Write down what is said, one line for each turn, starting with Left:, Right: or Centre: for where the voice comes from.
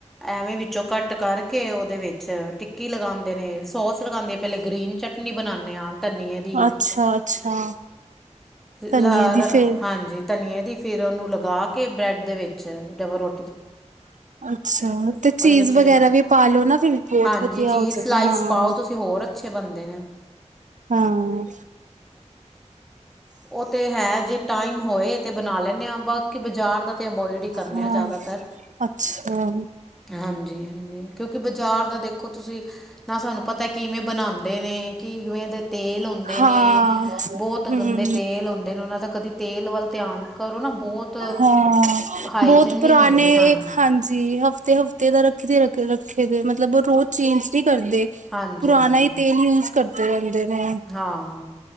Centre: ਐਵੇਂ ਵਿੱਚੋਂ ਘੱਟ ਕਰਕੇ ਉਹਦੇ ਵਿੱਚ ਟਿੱਕੀ ਲਗਾਂਦੇ ਨੇ ਸੋਸ ਲਗਾਂਦੇ ਗਰੀਨ ਚਟਨੀ ਬਣਾਣੇ ਆਂ ਆਪ ਧਨੀਏ ਦੀ
Right: ਅੱਛਾ ਅੱਛਾ ਧਨੀਏ
Centre: ਲਾ
Right: ਦੀ ਫੇਰ
Centre: ਹਾਂਜੀ ਧਨੀਏ ਦੀ ਫਿਰ ਓਨੂੰ ਲਗਾ ਕੇ ਬ੍ਰੈਡ ਦੇ ਵਿੱਚ ਡਬਲ ਰੋ
Right: ਅੱਛਾ ਤੇ ਚੀਜ਼
Centre: ਉਹਦੇ ਵਿੱਚ
Right: ਵਗੈਰਾ ਵੀ ਪਾ ਲੋ ਨਾ ਫਿਰ ਬਹੁਤ
Centre: ਹਾਂਜੀ
Right: ਵਧੀਆ
Centre: ਚੀਜ਼
Right: ਹੋ ਜਾਵੇ,
Centre: ਸਲਾਈਸ
Right: ਹਾਂ
Centre: ਪਾਓ ਤੁਸੀਂ ਹੋਰ ਅੱਛੇ ਬੰਦੇ ਨੇ
Right: ਹਾਂ
Centre: ਉਹ ਤੇ ਹੈ ਜੇ ਟਾਈਮ ਹੋਏ ਤੇ ਬਣਾ ਲੈਂਨੇ ਆਂ ਬਾ ਬਾਕੀ ਬਜ਼ਾਰ ਦਾ ਤੇ ਅਵੋਇਡ ਹੀ ਕਰਦੇ
Right: ਹਾਂ
Centre: ਆ ਜ਼ਿਆਦਾਤਰ
Right: ਅੱਛਾ
Centre: ਹਾਂਜੀ। ਕਿਉ ਬਾਜ਼ਾਰ ਦਾ ਦੇਖੋ ਤੁਸੀਂ ਨਾ ਸਾਨੂੰ ਪਤਾ ਕਿਵੇਂ ਬਣਾਣ ਦੇ ਨੇ ਕਿਵੇਂ ਦੇ ਤੇਲ ਹੁੰਦੇ
Right: ਹਾਂ
Centre: ਨੇ ਬਹੁਤ
Right: ਹੂੰ
Centre: ਗੰਦੇ ਤੇਲ ਹੁੰਦੇ ਨੇ ਉਹਨਾਂ ਦਾ ਕਦੀ ਤੇਲ ਵੱਲ ਧਿਆਨ ਕਰੋ ਨਾ ਬਹੁਤ
Right: ਹਾਂ
Centre: ਹਾਈਜੀਨ
Right: ਬਹੁਤ ਪੁਰਾਣੇ
Centre: ਨਹੀਂ ਹੁੰਦੇ ਹਨ
Right: ਹਾਂਜੀ ਹਫ ਤੇ ਹਫਤੇ ਦਾ ਰੱਖਦੇ ਰ ਰੱਖੇ ਦੇ ਮਤਲਬ ਉਹ ਰੋਜ਼ ਚੇਂਜ ਨੀ ਕਰਦੇ
Centre: ਹਾਂਜੀ
Right: ਪੁਰਾਣਾ
Centre: ਹਾਂਜੀ
Right: ਹੀ ਤੇਲ ਯੂਜ ਕਰਦੇ ਰਹਿੰਦੇ ਨੇ
Centre: ਹਾਂ